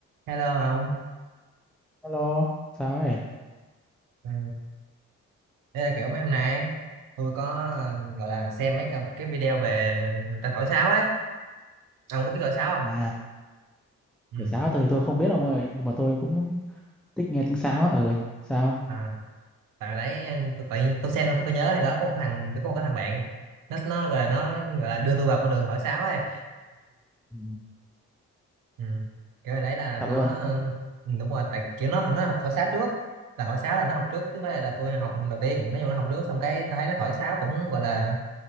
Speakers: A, on the right; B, in the centre.
A: Hello ông,
B: Hello, sao đấy?
A: ừ. Đây là kiểu mấy hôm nay ấy, tôi có ờ, gọi là xem mấy cái, cái video về người ta thổi sáo ấy, ông có biết thổi sáo không?
B: À,
A: Ừ.
B: nhảy sáo tôi thì tôi không biết ông ơi, nhưng mà tôi cũng thích nghe tiếng sáo. á. Ừ, sao?
A: À, tại đấy tự, tự nhiên tôi xem xong cái tôi nhớ thì đó có một cái thằng tôi có một cái thằng bạn nó nó gọi là nó gọi là đưa tôi vào con đường thổi sáo ấy,
B: Ừ,
A: ừ. Kiểu này đấy là nó
B: thật luôn.
A: ừ, đúng rồi, tại kiểu nó nó học thổi sáo trước, là thổi sáo là nó học trước chứ không phải là tôi học đầu tiên, nói chung nó học trước xong cái tôi thấy nó thổi sáo cũng gọi là